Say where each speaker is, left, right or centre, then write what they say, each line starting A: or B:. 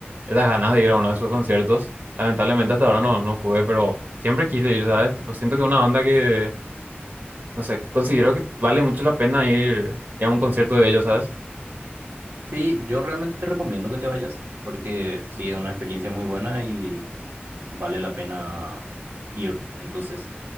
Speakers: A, on the right (about 50°); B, on the right (about 80°).
A: esas ganas de ir a uno de sus conciertos. Lamentablemente hasta ahora no, no pude, pero siempre quise ir, ¿sabes? Tipo, siento que una banda que, no sé, considero que vale mucho la pena ir, ir a un concierto de ellos, ¿sabes?
B: Sí, yo realmente te recomiendo que te vayas porque sí, es una experiencia muy buena y vale la pena ir. Entonces,